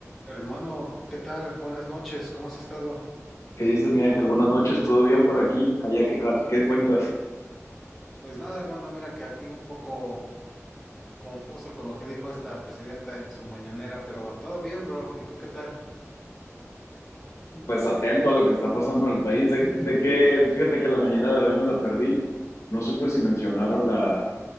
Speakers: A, in the centre; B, on the left.
A: Hermano, ¿qué tal? Buenas noches, ¿cómo has estado?
B: ¿Qué dices, mi Ángel? Buenas noches, ¿todo bien por aquí? ¿Allá qué, ca- qué cuentas?
A: Pues nada, hermano, mira que aquí un poco confuso con lo que dijo esta presidenta en su mañanera, pero todo bien, bro. ¿Y tú qué tal?
B: Pues atento a lo que está pasando en el país. De, de que, fíjate que la mañana de hoy me la perdí. No supe si mencionaron la,